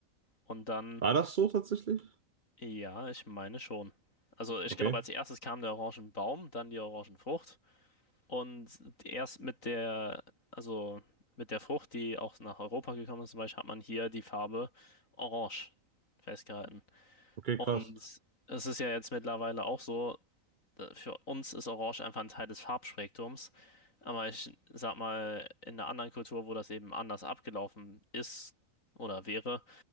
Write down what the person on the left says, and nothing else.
Und dann,
ja, ich meine schon. Also ich
glaube, als erstes kam der Orangenbaum, dann die Orangenfrucht. Und erst mit der, also mit der Frucht, die auch nach Europa gekommen ist, zum Beispiel, hat man hier die Farbe Orange festgehalten.
Und
es ist ja jetzt mittlerweile auch so, da- für uns ist Orange einfach ein Teil des Farbspektrums. Aber ich sag mal, in einer anderen Kultur, wo das eben anders abgelaufen ist oder wäre,